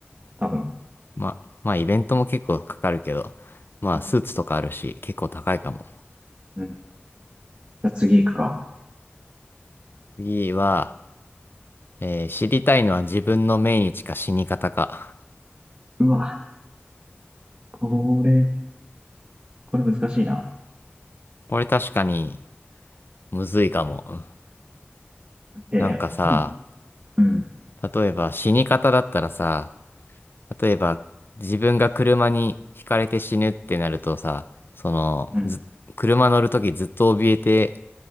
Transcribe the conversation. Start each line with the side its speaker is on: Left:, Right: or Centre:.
Right: 多分。
Left: まあ、まあ、イベントも結構かかるけど、まあ、
Right: うん
Left: スーツとかあるし、結構高いかも。
Right: うん。じゃあ次行くか。
Left: 次は、えー知りたいのは自分の命日か死に方か。
Right: うわ、これ、これ難しいな。
Left: これ確かに、むずいかも。
Right: で、
Left: なんかさ、
Right: うん、うん。
Left: 例えば死に方だったらさ、例えば自分が車にひかれて死ぬってなるとさ、その、
Right: うん
Left: ず、車乗るときずっと怯えて